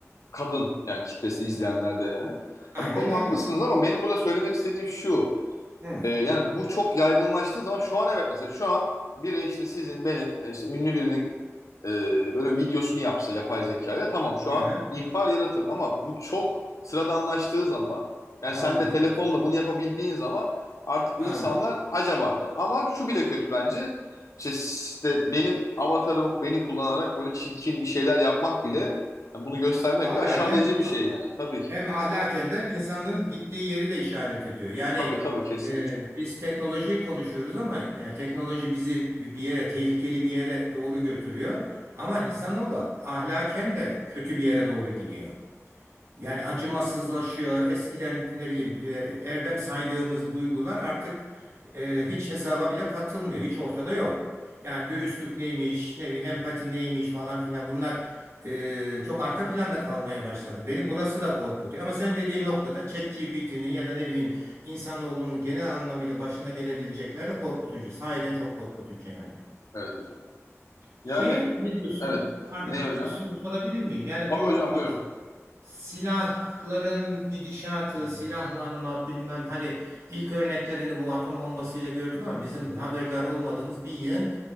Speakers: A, on the left; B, on the right.
A: kadın yani kitlesi izleyenler de yani. Ya
B: Aynen
A: bu konuda
B: öyle.
A: haklısınız ama benim burada söylemek istediğim şu.
B: Hı.
A: Ee, yani bu çok yaygınlaştığı zaman şu an evet mesela şu an biri işte sizin benim e, işte ünlü birinin e, böyle videosunu yapsa yapay zekayla tamam şu an
B: Aha,
A: infial yaratır ama bu çok sıradanlaştığı zaman yani
B: anladım.
A: sen de telefonla bunu yapabildiğin zaman artık insanlar
B: Anladım.
A: acaba der. Ama şu bile kötü bence işte, işte benim avatarım beni kullanarak böyle çirkin bir şeyler yapmak bile yani bunu göstermek
B: Ahlaken
A: bir aşağılayıcı bir şey yani tabii ki.
B: Hem ahlaken de insanın gittiği yeri de işaret ediyor. Yani
A: Tabii tabii kesinlikle.
B: e, biz teknolojiyi konuşuyoruz ama yani teknoloji bizi bir yere tehlikeli bir yere doğru götürüyor. Ama insanoğlu ahlaken de kötü bir yere doğru gidiyor. Yani acımasızlaşıyor. Eskiden ne bileyim e, erdem saydığımız duygular artık e, hiç hesaba bile katılmıyor. Hiç ortada yok. Yani dürüstlük neymiş, ne bileyim empati neymiş falan filan bunlar e, çok arka planda kalmaya başladı. Beni burası da korkutuyor. Ama sen dediğin noktada ChatGPT'nin ya da ne bileyim insanoğlunun genel anlamıyla başına gelebilecekler de korkutucu. Sahiden çok korkutucu yani.
A: Evet hocam.
B: Şey
A: Yani
B: ne diyorsun?
A: evet.
B: Pardon,
A: Ne hocam?
B: bir soru sorabilir miyim? Yani
A: Tabii
B: bu
A: hocam buyurun.
B: e, Silahların gidişatı,
A: Hmm,
B: silahlanma bilmem hani ilk örneklerini bu atom bombasıyla gördük ama bizim
A: Hı hı,
B: haberdar olmadığımız bir yığın